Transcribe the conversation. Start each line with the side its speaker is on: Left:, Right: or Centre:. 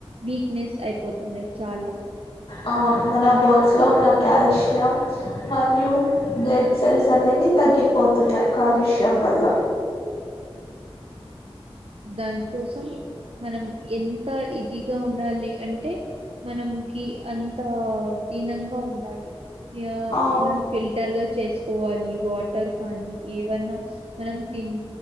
Right: వీక్నెస్ అయిపోతున్నాయి చాలా
Left: ఆవున్ మన బోన్స్లో ఉన్న కాల్షియం మరియు బ్లడ్ సెల్స్ అనేవి తగ్గిపోతున్నాయి కాలుష్యం వల్ల
Right: దాని కోసం మనం ఎం ఎంత ఇదిగా ఉండాలి అంటే మనంకి అంత దీనంగా ఉండాలి యా
Left: అవు
Right: మనం ఫిల్టర్ గా చేసుకోవాలి వాటర్ కానీ ఏవన్నా మనం తిన్